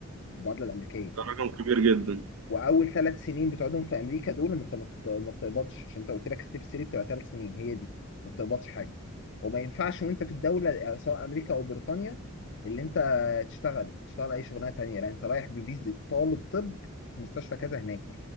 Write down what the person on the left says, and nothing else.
المعادله الامريكيه
واول ثلاث سنين بتقعدهم في امريكا دول انت ما بت- ما بتقبضش عشان انت قلت لك ستيب 3 بتبقى ثلاث سنين هي دي ما بتقبضش حاجه وما ينفعش وانت في الدوله آه، سواء امريكا او بريطانيا اللي انت تشتغل تشتغل اي شغلانه تانيه لا انت رايح بفيزا طالب طب في مستشفى كذا هناك ما